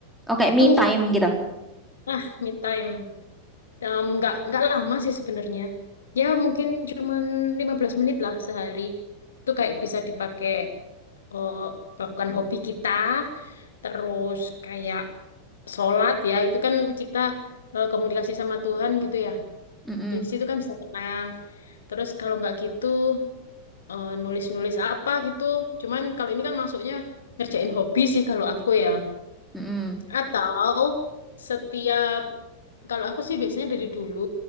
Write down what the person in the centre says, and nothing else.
Oh, kayak
me time gitu.
Mm-mm,
mm-mm,